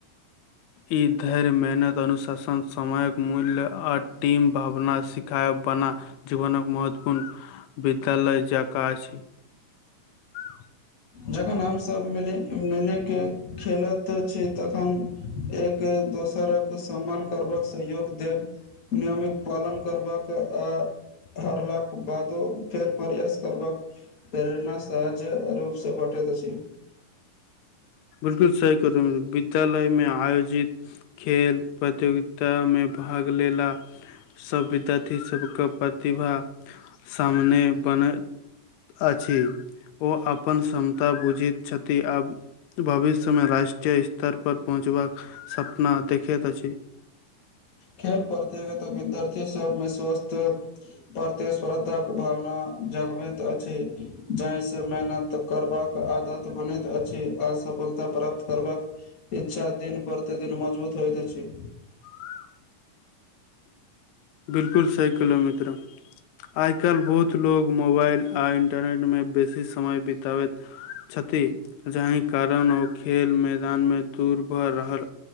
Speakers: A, on the left; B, on the left.
A: ई धैर्य मेहनत अनुशासन समयक मूल्य आ टीम भावना सिखाय बना जीवनक महत्वपूर्ण विद्यालय जका अछि <inaudible> <inaudible>
B: जखन हमसभ मिली मिलिके खेलैत छी तखन एक दोसरक सम्मान करबाक सहयोग देब नियमक पालन करबाक आ हारलाक बादो फेर प्रयास करबाक प्रेरणा सह हज रूपसँ बटैत अछि
A: सा विद्यालय मे आयोजित खेल प्रतियोगिता मे भाग लेला सब विद्यार्थी सबके प्रतिभा सामने बन अछि ओ अपन क्षमता बुझैत छथि आब भविष्य मे राष्ट्रीय स्तर पर पहुँचबाक सपना देखैत अछि
B: खेल प्रतियोगिता विद्यार्थी सभमे स्वस्थ प्रतिस्पर्धा भावना जगबैत अछि जाहि सँ मेहनत करबाक आदत बनैत अछि आ सफलता प्राप्त करबाक इच्छा दिन प्रतिदिन मजबूत होइत अछि
A: <inaudible> बिलकुल सही कहलौं मित्र आइ काल्हि बहुत लोग मोबाइल आ इन्टरनेट मे बेसी समय बितबैत छथि जाहि कारण ओ खेल मैदान मे दूर भऽ रहल